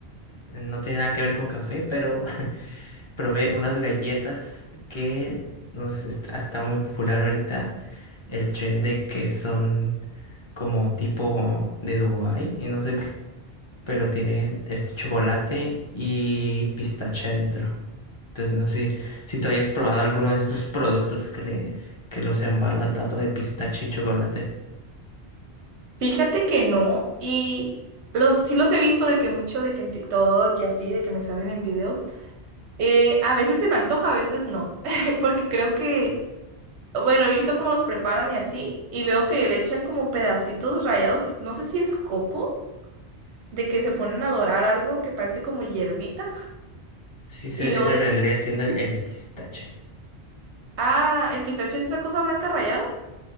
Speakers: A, on the left; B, on the right.
A: no tiene nada que ver con café, pero <laughs> probé unas galletas que nos está, está muy popular ahorita el trend de que son como tipo de Dubái y no sé qué, pero tienen este chocolate y pistache adentro. Entonces no sé si tú hayas probado alguno de estos productos que le, que los embargan tanto de pistache y chocolate.
B: Fíjate que no, y los sí los he visto de que mucho, de que en TikTok y así, de que me salen en videos. Eh, a veces se me antoja, a veces no, <laughs> porque creo que, bueno, he visto cómo los preparan y así, y veo que le echan como pedacitos rayados, no sé si es coco, de que se ponen a dorar algo que parece como hierbita,
A: Sí, se-
B: y luego
A: ese
B: de
A: vendría
B: que,
A: siendo el, el pistache.
B: ah, el pistache es esa cosa blanca rayada.